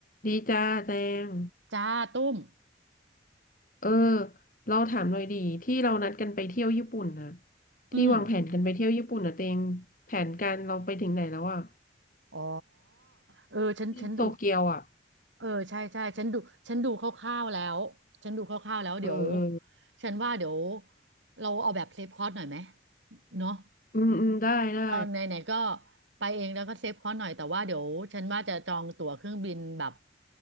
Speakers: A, on the left; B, on the right.
A: ดีจ้าแจง
B: จ้าตุ้ม
A: เออเราถามหน่อยดีที่เรานัดกันไปเที่ยวญี่ปุ่นนะ
B: อืม
A: ที่วางแผนกันไปเที่ยวญี่ปุ่นนะเตงแผนการเราไปถึงไหนแล้วอ่ะ
B: อ๋อ เออฉันฉันดู
A: ที่โตเกียวอ่ะ
B: เออใช่ใช่ฉันดูฉันดูคร่าวๆแล้วฉันดูคร่าวๆแล้วเดี๋ยว
A: เออเออ
B: ฉันว่าเดี๋ยวเราเอาแบบเซฟคอร์สหน่อยไหมเนาะ
A: อืมอืมได้ ได้
B: ตอนไหนๆก็ไปเองแล้วก็เซฟเขาหน่อยแต่ว่าเดี๋ยวฉันว่าจะจองตั๋วเครื่องบินแบบ